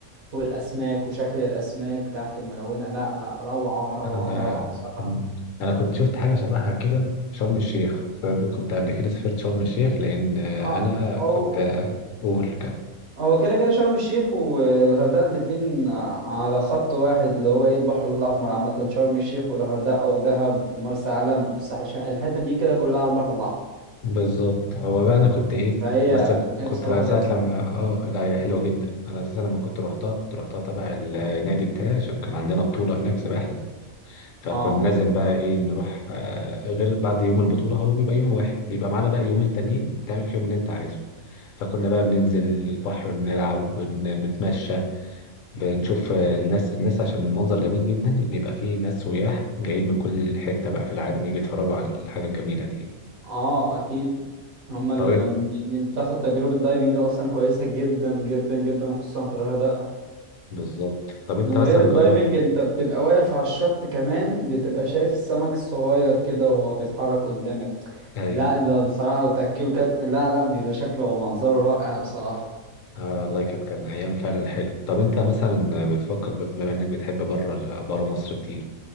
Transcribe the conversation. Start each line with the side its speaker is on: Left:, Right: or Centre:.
Right: والاسماك وشكل الاسماك تحت الملونة لا لا روعة روعة
Left: انا
Right: روعة بصراحة
Left: مم. انا كنت شفت حاجه شبهها كده في شرم الشيخ فأنا كنت قبل كده سافرت شرم الشيخ لان آه،
Right: اه
Left: انا كنت
Right: او
Left: آه، قول كمل
Right: هو كده كده شرم الشيخ والغردقة الاتنين على خط واحد اللي هو ايه البحر الأحمر عامة شرم الشيخ والغردقة ودهب ومرسى علم والساحل الشمالي الحتة دي كده كلها على البحر الأحمر
Left: بالظبط هو بقى انا كنت ايه
Right: فهي
Left: كنت بس
Right: هي
Left: كنت
Right: بصراحة
Left: لا- ساعة
Right: جامدة
Left: لما اه لا هي حلوة جدا انا اساسا لما كنت روحتها كنت روحتها تبع النادي بتاعي عشان كان عندنا بطولة هناك سباحة فكنا
Right: اه
Left: لازم بقى ايه نروح آه، غير بعد يوم البطولة هو بيبقى يوم واحد بيبقى معانا بقى يومين تانيين تعمل فيهم اللي انت عايزه فكنا بقى بننزل البحر بنلعب بن- بنتمشى بنشوف آه، الناس الناس عشان المنظر جميل جدا بيبقى فيه ناس سياح جايين من كل حتة بقى في العالم يجي يتفرجوا على الحاجة الجميلة دي
Right: اه أكيد هما اللي
Left: طب
Right: يعني بتاخد تجربة دايفنج أصلا كويسة جدا جدا جدا خصوصا في الغردقة
Left: بالظبط طب انت
Right: من
Left: مثلا
Right: غير الدايفنج
Left: جربت
Right: انت بتبقى واقف على الشط كمان بتبقى شايف السمك الصغير كده وهو بيتحرك قدامك
Left: ايوه
Right: لا يبقى بصراحة وتأكله كده لا لا بيبقى شكله ومنظره رائع بصراحة
Left: آه والله كانت كان ايام فعلا حلو طب انت مثلا بتفكر ب- بما انك بتحب بره بره مصر كتير